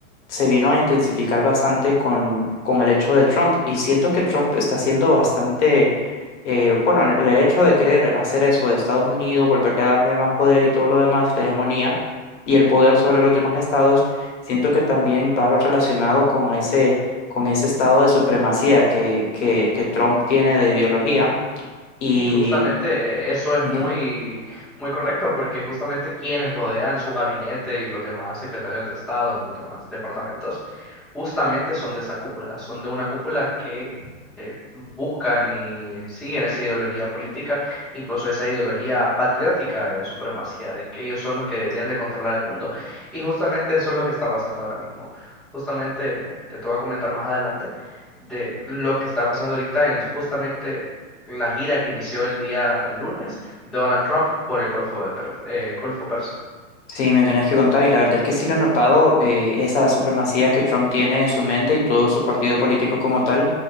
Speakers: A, on the left; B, in the centre.
A: se vino a intensificar bastante con, con el hecho de Trump. Y siento que Trump está siendo bastante, eh, bueno, el, el hecho de querer hacer eso de Estados Unidos, volverle a darle más poder y todo lo demás, la hegemonía y el poder sobre los demás estados, siento que también va relacionado con a ese, con ese estado de supremacía que, que, que Trump tiene de ideología. Y,
B: Y justamente eh, eso es
A: ujú.
B: muy, muy correcto porque justamente quienes rodean su gabinete y los demás secretarios de Estado en los demás departamentos justamente son de esa cúpula, son de una cúpula que eh, buscan y siguen esa ideología política, incluso esa ideología patriótica de supremacía, de que ellos son los que deberían de controlar el mundo. Y justamente eso es lo que está pasando ahora mismo. Justamente te te voy a comentar más adelante de lo que está pasando ahorita en justamente la gira que inició el día el lunes de Donald Trump por el Golfo de Per- eh, Golfo Persa.
A: Sí, me tenés que contar, y la verdad es que sí lo he notado, eh, esa supremacía que Trump tiene en su mente y todo su partido político como tal,